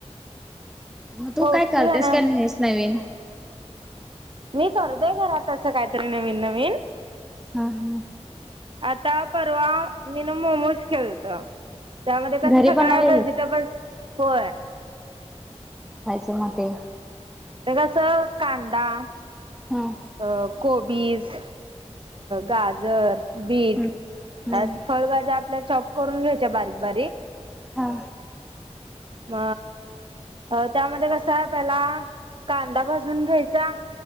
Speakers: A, in the centre; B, on the right.
A: मग तू
B: पौष्टिक
A: काय करतेस,
B: आहे ना.
A: काय नाहीस नवीन.
B: मी करते घरात अस काहीतरी नवीन नवीन.
A: हा हा.
B: आता परवा मीन मोमोज केलंत. त्यामध्ये कसं
A: घरी
B: सगळं
A: बनवलेली
B: व्हेजिटेबल्स होय.
A: पुन्हा ते.
B: तर कस कांदा,
A: हा
B: अ कोबीज गाजर, बीट
A: हम्म हम्म
B: अस फळभाज्या आपल्या चॉप करून घ्याय च्या बारीक बारी
A: हा.
B: म अ त्यामध्ये कस आहे पहिला, कांदा भाजून घ्यायचा.